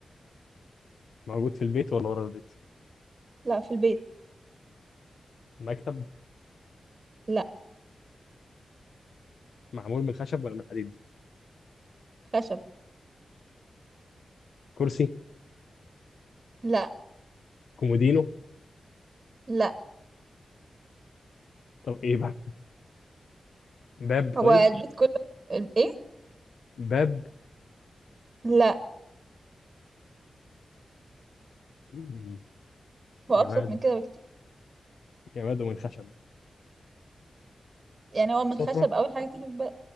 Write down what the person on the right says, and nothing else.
لا في البيت
لا
خشب
لا
لا
هو البيت كله ال- ايه
لا
هو
ابسط من كده بكتير
يعني هو من
خشب اول حاجه تيجي في بالي